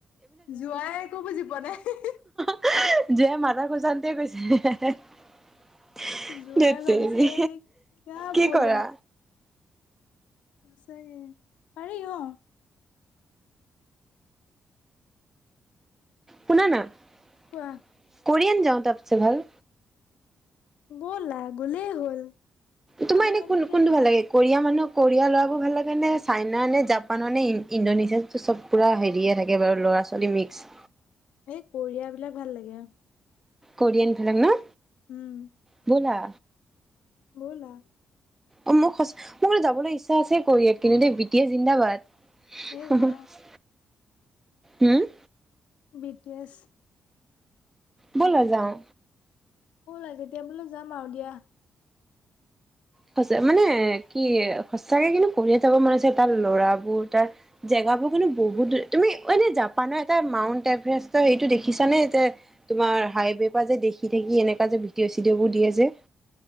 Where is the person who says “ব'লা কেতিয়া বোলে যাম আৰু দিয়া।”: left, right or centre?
Left